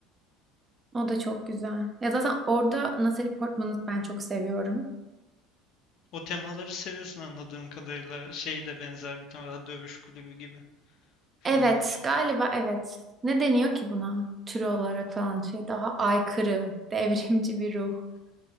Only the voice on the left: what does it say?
o temaları seviyorsun anladığım kadarıyla. Şey de benzer bir tema Dövüş Kulübü gibi filmler.